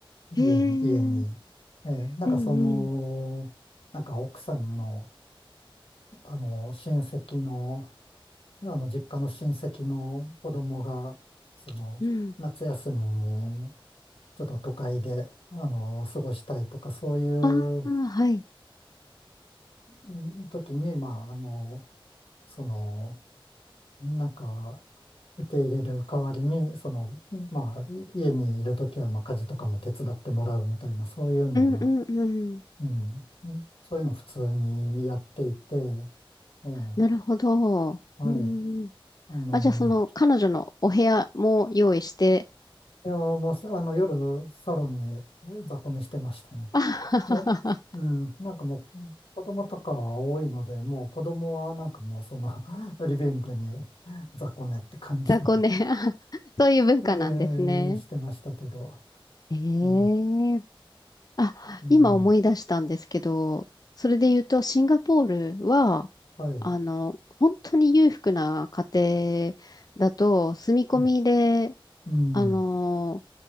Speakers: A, on the left; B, on the left.
A: 家に、
B: へえ、うん
A: 家に。えーなんかその、
B: うん、
A: なんか奥さんの、あの、親戚の、あの、実家の親戚の子供が、その、
B: うん。
A: 夏休みに、ちょっと都会で、あの、過ごしたいとか、そういう、
B: ああ、はい。
A: うん、時に、まあ、あの、その、なんか、受け入れる代わりに、その、まあ、い家にいる時は、まあ、家事とかも手伝ってもらうみたいな、そういうのが、
B: うんうんうん。
A: うん、そういうの普通にやっていて、ええ、
B: なるほど。
A: はい。
B: うん。
A: あの、
B: あ、じゃあその彼女のお部屋も用意して、
A: いや、もうあの、夜、サロンに雑魚寝してましたね。
B: あはははは
A: もう、うん、なんかもう、子供とかは多いので、もう子供はなんかもうその <laughs> リビングに雑魚寝って感じの、
B: 雑魚寝、あそういう文化なんですね。
A: ええ、してましたけど、
B: え
A: ええ、
B: えあ、
A: うん、
B: 今思い出したんですけど、それで言うと、シンガポールは、
A: はい、
B: あの、本当に裕福な家庭だと、住み込みで、
A: うん、
B: あの、
A: うん、